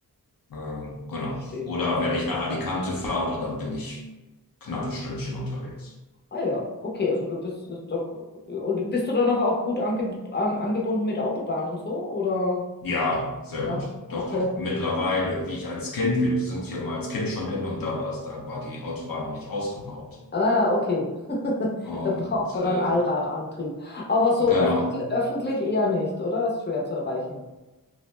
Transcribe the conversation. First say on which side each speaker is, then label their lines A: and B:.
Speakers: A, on the left (about 70°); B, on the left (about 30°).
A: Ähm, genau.
B: verstehe.
A: Oder wenn ich nach Alicante fahre, dann bin ich knappe Stündchen unterwegs.
B: Ah ja, okay, also du bist ist doch, und bist du danach auch gut ange, an, angebunden mit Autobahn und so? Oder?
A: Ja, sehr
B: Ja,
A: gut.
B: okay.
A: Doch, doch. Mittlerweile, wie ich als Kind, wir sind hier mal als Kind schon hin und da war das, da war die Autobahn noch nicht ausgebaut.
B: Ah, okay. <laughs>
A: Und
B: dann braucht man
A: äh,
B: dann Allradantrieb. Aber so
A: genau.
B: öffentlich, öffentlich eher nicht, oder? Ist schwer zu erreichen.